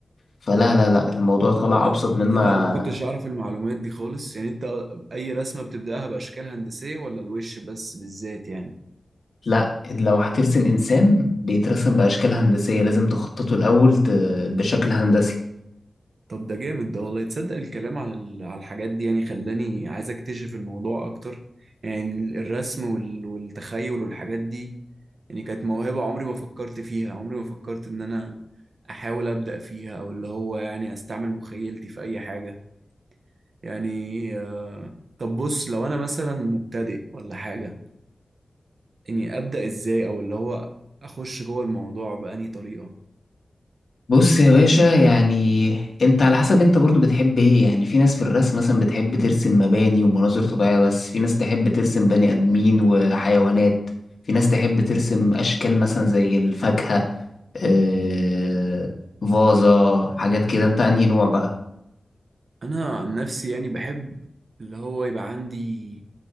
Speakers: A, on the left; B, on the right.
A: فلا لا لا الموضوع طلع
B: ده
A: أبسط مما
B: ده انا ما كنتش اعرف المعلومات دي خالص يعني انت اي رسمه بتبداها باشكال هندسيه ولا الوش بس بالذات يعني
A: لا لو هترسم إنسان بيترسم بأشكال هندسية لازم تخططه الأول ت... بشكل هندسي
B: طب ده جامد ده والله تصدق الكلام عن ال- على الحاجات دي يعني خلاني عايز اكتشف الموضوع اكتر يعني ال- الرسم وال- والتخيل والحاجات دي يعني كانت موهبه عمري ما فكرت فيها عمري ما فكرت ان انا احاول ابدا فيها او اللي هو يعني استعمل مخيلتي في اي حاجه يعني آه، طب بص لو انا مثلا مبتدئ ولا حاجه اني ابدا ازاي او اللي هو اخش جوه الموضوع بأنهي طريقه
A: بص يا باشا يعني انت على حسب انت برضو بتحب ايه يعني في ناس في الرسم مثلا بتحب ترسم مباني ومناظر طبيعية بس في ناس تحب ترسم بني آدمين وحيوانات في ناس تحب ترسم أشكال مثلا زي الفاكهة آه... فازة حاجات كده انت انهي نوع بقى
B: انا عن نفسي يعني بحب اللي هو يبقى عندي